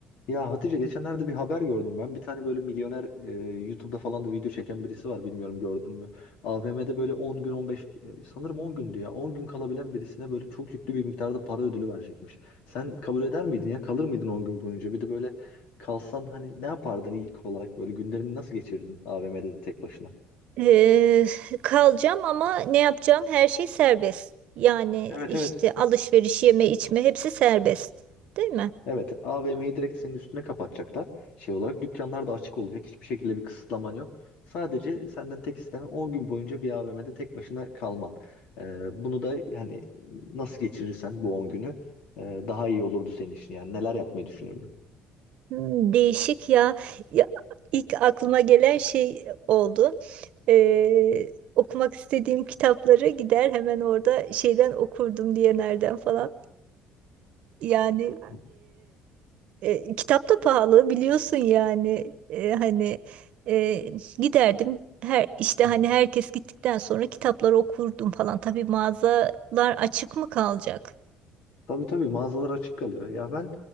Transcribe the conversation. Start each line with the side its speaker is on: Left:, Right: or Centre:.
Left: Ya Hatice geçenlerde bir haber gördüm ben. Bir tane böyle milyoner e, YouTube'da falan da video çeken birisi var bilmiyorum gördün mü? AVM'de böyle 10 gün 15 e, sanırım 10 gündü ya. 10 gün kalabilen birisine böyle çok yüklü bir miktarda para ödülü verecekmiş. Sen kabul eder miydin ya? Kalır mıydın 10 gün boyunca? Bir de böyle kalsan hani ne yapardın ilk olarak böyle günlerini nasıl geçirdin AVM'de tek başına?
Right: Eee, kalacağım ama ne yapacağım? Her şey serbest. Yani
Left: Evet
Right: işte
Left: evet
Right: alışveriş, yeme, içme hepsi serbest. Değil mi?
Left: Evet, AVM'yi direkt senin üstüne kapatacaklar. Şey olarak dükkanlar da açık olacak. Hiçbir şekilde bir kısıtlaman yok. Sadece senden tek istenen 10 gün boyunca bir AVM'de tek başına kalman. Ee, bunu da yani nasıl geçirirsen bu 10 günü e, daha iyi olurdu senin için. Yani neler yapmayı düşünürdün?
Right: Hmm, değişik ya. Ya ilk aklıma gelen şey oldu. Eee, okumak istediğim kitapları gider hemen orada şeyden okurdum diye nereden falan. Yani
Left: Hı
Right: E, kitap da pahalı biliyorsun yani E, hani e, giderdim her işte
Left: hı.
Right: hani herkes gittikten sonra kitapları okurdum falan tabii mağazalar açık mı kalacak
Left: Tabii tabii mağazalar açık kalıyor. Ya ben